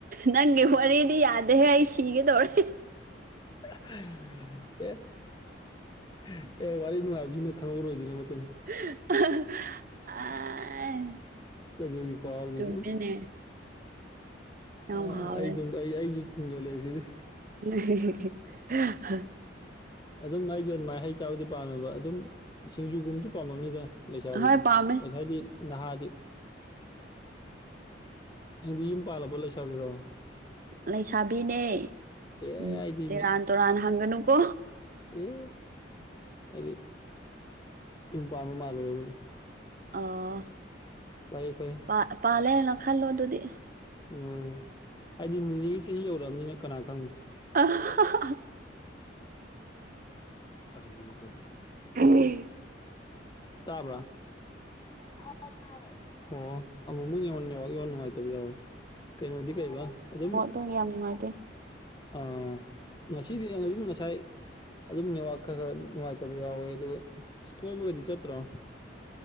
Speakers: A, on the right (about 50°); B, on the left (about 25°).
A: ꯅꯪꯒꯤ ꯋꯥꯔꯤꯗꯤ ꯌꯥꯗꯦꯍꯦ ꯑꯩ ꯁꯤꯒꯦꯗꯧꯔꯦ꯫
B: ꯑꯦ <unintelligible> ꯋꯥꯔꯤ ꯅꯨꯡꯉꯥꯏꯕꯖꯤꯅ ꯈꯪꯍꯧꯔꯣꯏꯗ꯭ꯣꯏꯅꯦ ꯃꯇꯨꯡ
A: <unintelligible>
B: ꯆ ꯑꯗꯨꯒꯤꯈꯨꯍꯥꯎꯗꯨꯗꯤ
A: ꯆꯨꯝꯃꯦꯅꯦ
B: ꯎꯝ꯫
A: ꯌꯥꯝ
B: ꯑ ꯑ
A: ꯍꯥꯎꯔꯅꯤ
B: ꯑꯩ ꯑꯗꯨꯝ ꯑꯩ ꯑꯩꯖꯨ ꯊꯤꯡꯖꯂꯨꯔꯤꯖꯤꯗꯤ
A: <unintelligible>
B: ꯑꯗꯨꯝ ꯑꯩꯖꯨ ꯑꯗꯨꯃꯥꯏꯅ ꯍꯩ ꯆꯥꯕꯗꯤ ꯄꯥꯝꯃꯦꯕ ꯑꯗꯨꯝ ꯁꯤꯡꯖꯨꯒꯨꯝꯕꯗꯨ ꯄꯥꯝꯃꯝꯅꯤꯗ꯫ ꯂꯩꯁꯥꯕꯤꯗꯤ
A: ꯍꯣꯏ ꯄꯥꯝꯃꯦ
B: ꯂꯩꯁꯥꯏꯗꯤ ꯅꯍꯥꯗꯤ꯫ ꯅꯪꯗꯤ ꯌꯨꯝ ꯄꯥꯂꯕꯣ ꯂꯩꯁꯥꯕꯤꯔꯣ꯫
A: ꯂꯩꯁꯥꯕꯤꯅꯦ
B: ꯑꯦ
A: ꯎꯝ
B: ꯑꯩꯗꯤ
A: ꯇꯦꯔꯥꯟ
B: ꯅꯤ
A: ꯇꯨꯔꯥꯟ ꯍꯥꯡꯒꯅꯨꯀꯣ꯫
B: ꯑꯦ ꯍꯥꯏꯗꯤ ꯌꯨꯝ ꯄꯥꯟꯕ ꯃꯥꯜꯂꯨꯔꯦ ꯑꯗꯨꯒ
A: ꯑꯥ꯫
B: ꯐꯩꯌꯦ ꯐꯩ꯫
A: ꯄꯥ ꯄꯥꯜꯂꯦ ꯂꯧꯁꯜꯂꯣ ꯑꯗꯨꯗꯤ꯫
B: ꯎꯝ ꯍꯥꯏꯗꯤ ꯅꯦꯅꯦꯒꯤ ꯆꯍꯤ ꯌꯧꯔꯛꯑꯕꯅꯤꯅ ꯀꯅꯥ ꯈꯪꯅꯤ꯫
A: <unintelligible>
B: ꯑꯔꯤꯕꯒꯣ꯫
A: <unintelligible>
B: ꯇꯥꯕꯔ ꯍꯣꯏ ꯅꯥꯏꯌꯦ꯫ ꯍꯣ ꯑꯃꯨꯛꯃꯨꯛ ꯌꯦꯡꯉꯣ ꯅꯦꯠꯋꯥꯡ ꯌꯣ ꯅꯨꯡꯉꯥꯏꯇꯕ ꯌꯥꯎꯋꯤ ꯀꯩꯅꯣꯗꯤ ꯀꯩꯕꯥ ꯑꯗꯨꯝ ꯅꯦꯠꯋꯥꯛꯇꯣ
A: ꯄꯨꯡ ꯌꯥꯝ ꯅꯨꯡꯉꯥꯏꯇꯦ꯫
B: ꯑꯥ ꯉꯁꯤꯗꯤ ꯌꯦꯡ <unintelligible> ꯉꯁꯥꯏ ꯑꯗꯨꯝ ꯅꯦꯠꯋꯥꯛ ꯈꯔ ꯈꯔ ꯅꯨꯡꯉꯥꯏꯇꯕ ꯌꯥꯎꯋꯦ ꯑꯗꯨꯒ ꯀꯣꯏꯕꯒꯗꯤ ꯆꯠꯇ꯭ꯔꯣ꯫